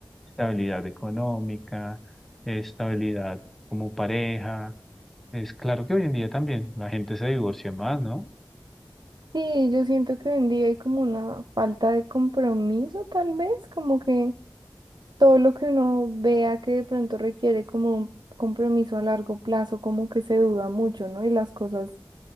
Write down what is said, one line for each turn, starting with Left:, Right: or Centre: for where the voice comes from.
Centre: Estabilidad económica, estabilidad como pareja. Es claro que hoy en día también la gente se divorcia más, ¿no?
Right: Sí, yo siento que hoy en día hay como una falta de compromiso, tal vez, como que todo lo que uno vea que de pronto requiere como un compromiso a largo plazo, como que se duda mucho, ¿no? Y las cosas